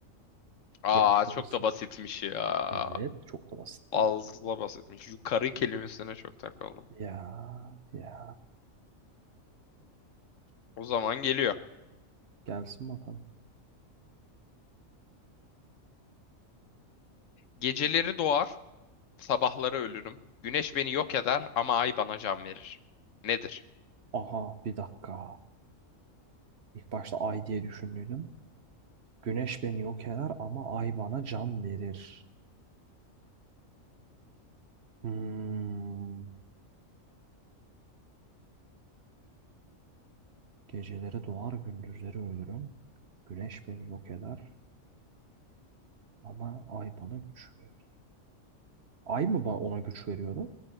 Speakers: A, on the left; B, on the right.
A: Aa
B: Yaşlanırsın.
A: çok da basitmiş ya.
B: Evet. Çok da basit
A: Fazla
B: hem de.
A: basitmiş. Yukarı kelimesine çok takıldım.
B: Ya, ya.
A: O zaman geliyor.
B: Gelsin bakalım.
A: Geceleri doğar. Sabahları ölürüm. Güneş beni yok eder ama ay bana can verir. Nedir?
B: Aha bir dakika. İlk başta ay diye düşündüydüm. Güneş beni yok eder ama ay bana can verir. Hmm. Geceleri doğar gündüzleri ölürüm. Güneş beni yok eder ama ay bana güç verir. Ay mı bana ona güç veriyordu?